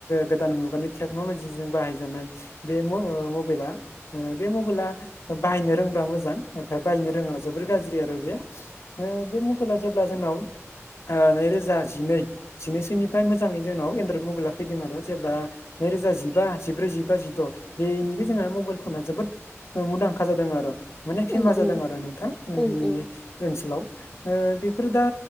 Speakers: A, on the left; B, in the centre.
A: गोदान मुगानि टेक्न'लजिजों बाहायजानाय बे म ओ मबाइला बे मबाइला बाहायनो रोंब्ला मोजां ओमफ्राय बाहायनो रोङाब्ला जोबोर गाज्रि आरो बे ओ बे मबायला जेब्ला जोंनाव ओ नैरोजा जिनै जिनैसोनिफ्राय मोजाङै जोंनाव एनड्रयद मबाइला फैदों आरो' जेब्ला नैरोजा जिबा जिब्रै जिबा जिद' बेनिफ्राय जोंहा मबाइल होनना जोबोद मुंदांखा जादों आरो माने फेमास
B: उम उम
A: जादों आरो नोंथां <unintelligible>
B: उम उम
A: ओनसोलाव ओ बेफोर दा